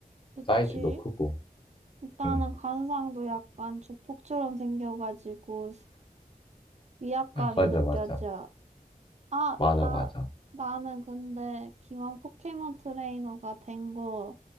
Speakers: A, on the right; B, on the left.
A: 그치.
B: 사이즈도 크고.
A: 일단은
B: 응.
A: 관상도 약간 조폭처럼 생겨가지고 위압감이
B: 맞아
A: 느껴져.
B: 맞아.
A: 아,
B: 맞아
A: 나,
B: 맞아.
A: 나는 근데 기왕 포켓몬 트레이너가 된 거,